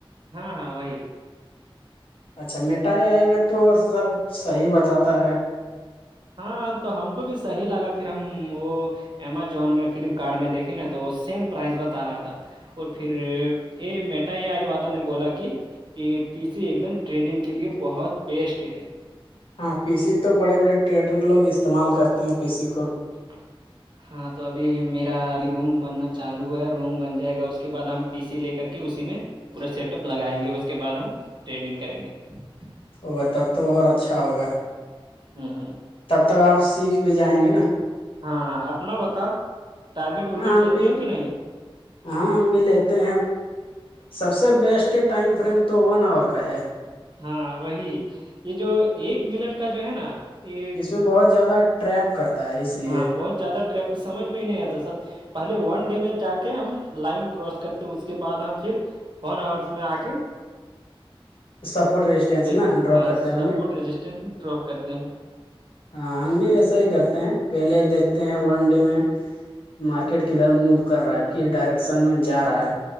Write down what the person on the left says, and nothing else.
اچھا مٹھائی آئی میں تو سب صحیح بتاتا ہے
ہاں پی سی تو بڑے بڑے ٹریڈر لوگ استعمال کرتے ہیں پی سی کو
وہ <unintelligible> ت تو اچھا ہوگا
تب تک آپ سیکھ بھی جائیں گے نا
ہاں ہم
بھی
ہاں ہم بی لتے سب سے بیسٹ ٹائم فریم تو ون آور کا ہے
اس میں بہت زیادہ ریپ کرتا ہے اس لیے
سپورٹ ریسٹینس
نا ڈرا
کرتے
ہوں گے
ہاں ہم بھی ویسا ہی کرتے ہیں پہلے دیکھتے ہیں ون ڈے میں مارکیٹ کدھر موو کر رہا ہے کس ڈائریکشن میں جا رہا ہے